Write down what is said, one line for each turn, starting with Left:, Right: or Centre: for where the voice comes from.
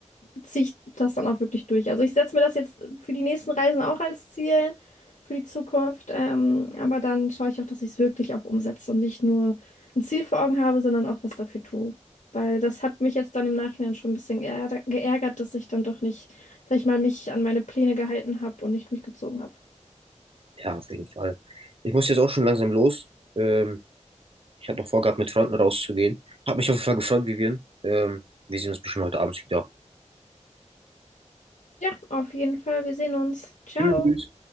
Left: ziehe ich das dann auch wirklich durch. Also ich setze mir das jetzt für die nächsten Reisen auch als Ziel für die Zukunft, ähm, aber dann schaue ich auch, dass ich es wirklich auch umsetze und nicht nur ein Ziel vor Augen habe, sondern auch was dafür tue. Weil das hat mich jetzt dann im Nachhinein schon ein bisschen geärger- geärgert, dass ich dann doch nicht, sag ich mal, mich an meine Pläne gehalten habe und nicht durchgezogen habe.
Right: Ja, auf jeden Fall. Ich muss jetzt auch schon langsam los. Ähm, ich habe noch vorgehabt, mit Freunden rauszugehen. Hab mich auf jeden Fall gefreut, Vivian. Ähm, wir sehen uns bestimmt heute Abend wieder.
Left: Ja, auf jeden Fall. Wir sehen uns. Ciao.
Right: Tschüss.